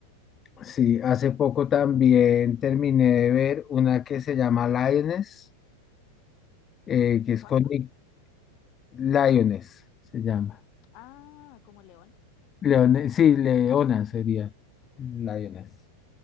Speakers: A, on the left (about 25°); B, on the left (about 50°).
A: Sí, hace poco también terminé de ver una que se llama Lioness, eh, que es
B: ¿Cuánto?
A: con Nick Lioness, se llama.
B: Ah, como León.
A: Leone- sí, Leona sería. Lioness.